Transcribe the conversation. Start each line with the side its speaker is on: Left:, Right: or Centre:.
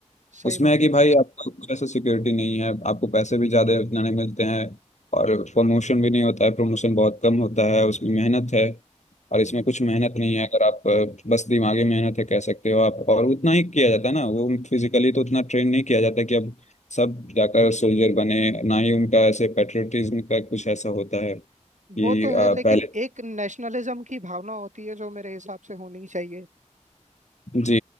Right: सही
Left: उसमें
Right: बात
Left: है कि
Right: है
Left: भाई आपको कुछ ऐसा सिक्योरिटी नहीं है आपको पैसे भी ज़्यादा इतना नहीं मिलते हैं और प्रमोशन भी नहीं होता है प्रमोशन बहुत कम होता है उसमें मेहनत है और इसमें
Right: हम्म,
Left: कुछ मेहनत नहीं है अगर आप अ, बस दिमागी मेहनत है कह सकते हो आप और उतना ही किया जाता है ना वो फिजिकली तो उतना ट्रेन नहीं किया जाता कि अब सब जाकर सोल्जर बने ना ही उनका ऐसे पेट्रियटिज्म का कुछ ऐसा होता है कि
Right: वो तो
Left: आ,
Right: है लेकिन
Left: पहले
Right: एक नेशनलिज्म की भावना होती है जो मेरे हिसाब से होनी चाहिए
Left: जी